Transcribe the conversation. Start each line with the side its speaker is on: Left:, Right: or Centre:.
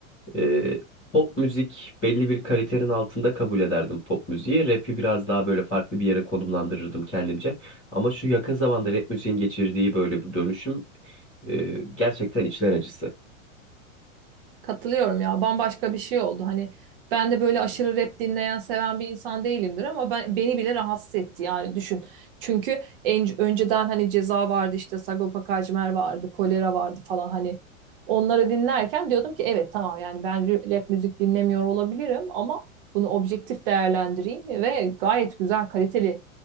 Centre: Ee, pop müzik belli bir kalitenin altında kabul ederdim pop müziği. Rap'i biraz daha böyle farklı bir yere konumlandırırdım kendimce. Ama şu yakın zamanda rap müziğin geçirdiği böyle bir dönüşüm e, gerçekten içler acısı.
Right: Katılıyorum ya. Bambaşka bir şey oldu. Hani ben de böyle aşırı rap dinleyen, seven bir insan değilimdir ama ben beni bile rahatsız etti yani düşün. Çünkü en, önceden hani Ceza vardı işte Sagopa Kajmer vardı, Kolera vardı falan hani onları dinlerken diyordum ki evet tamam yani ben r- rap müzik dinlemiyor olabilirim ama bunu objektif değerlendireyim ve gayet güzel kaliteli